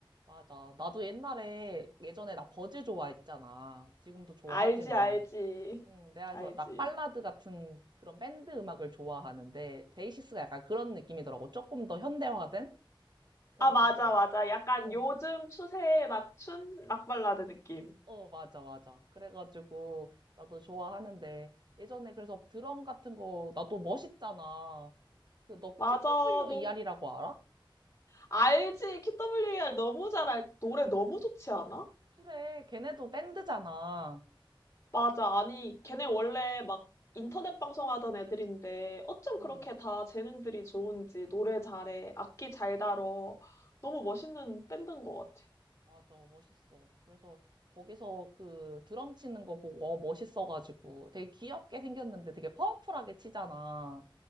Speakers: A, on the right; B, on the left.
A: 맞아. 나도 옛날에, 예전에 나 버즈 좋아했잖아. 지금도 좋아하지만.
B: 알지, 알지.
A: 음, 내가 그래서
B: 알지.
A: 락 발라드 같은 그런 밴드 음악을 좋아하는데, 데이시스가 약간 그런 느낌이더라고. 조금 더 현대화된? 그래가지고,
B: 아, 맞아, 맞아. 약간
A: 응,
B: 요즘 추세에 맞춘 락 발라드 느낌.
A: 어, 맞아, 맞아. 그래가지고, 나도 좋아하는데, 예전에 그래서 드럼 같은 거, 나도 멋있잖아. 그, 너
B: 맞아,
A: QWER이라고
B: 너
A: 알아?
B: 알지? KWAR 너무 잘 알지? 노래 너무 좋지 않아?
A: 그래, 걔네도 밴드잖아.
B: 맞아. 아니, 걔네 원래 막 인터넷 방송하던 애들인데 어쩜
A: 응.
B: 그렇게 다 재능들이 좋은지 노래 잘해, 악기 잘 다뤄. 너무 멋있는 밴드인 것 같아.
A: 맞아, 멋있어. 그래서 거기서 그 드럼 치는 거 보고 어, 멋있어가지고 되게 귀엽게 생겼는데 되게 파워풀하게 치잖아.